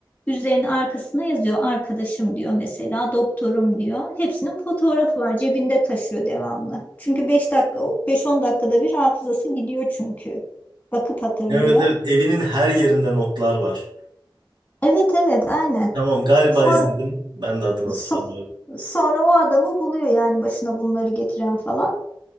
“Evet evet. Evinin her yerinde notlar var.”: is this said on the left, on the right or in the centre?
Right